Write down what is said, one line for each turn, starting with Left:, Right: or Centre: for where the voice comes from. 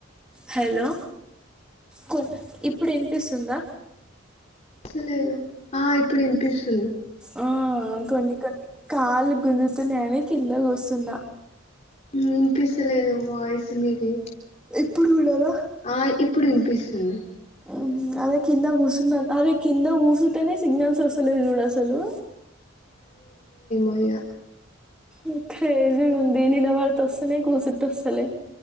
Centre: హలో కొన్ ఇప్పుడు ఇనిపిసుందా
Left: అసలేదు ఆ ఇప్పుడు వినిపిస్తుంది
Centre: ఆ, కొన్ని కొన్ని కాళ్లు గుంజుతున్నయని కింద కూసున్న
Left: వినిపిసలేదు వాయిసు మీది
Centre: ఇప్పుడు కూడానా
Left: ఆ ఇప్పుడు ఇన్ పిస్తుంది
Centre: ఊ అదే కింద గూసున్న అరె కింద గూసున్న సిగ్నల్స్ అసలేదు చూడసలు
Left: పయ
Centre: ఉహ్హ్ క్రెజీ గుంది నిలవడితే వస్తున్నయ్ కూసుంటే ఒస్తలే